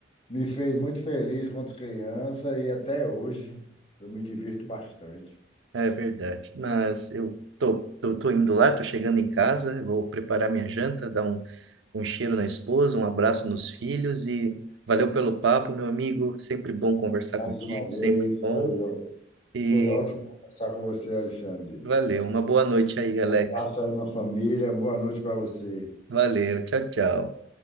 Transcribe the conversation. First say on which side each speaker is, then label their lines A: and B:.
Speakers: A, on the left; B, on the right.
A: me fez muito feliz quando criança e até hoje eu me divirto bastante.
B: é verdade. Mas eu tô, tô, tô indo lá, tô chegando em casa, vou preparar minha janta, dar um, um cheiro na esposa, um abraço nos filhos e valeu pelo papo, meu amigo. Sempre bom conversar
A: Mais
B: contigo,
A: uma
B: sempre
A: vez
B: bom.
A: foi, ó-
B: E
A: foi ótimo conversar com você, Alexandre.
B: valeu. Uma boa noite aí, Alex.
A: Um abraço aí na família, uma boa noite para você.
B: Valeu, tchau, tchau.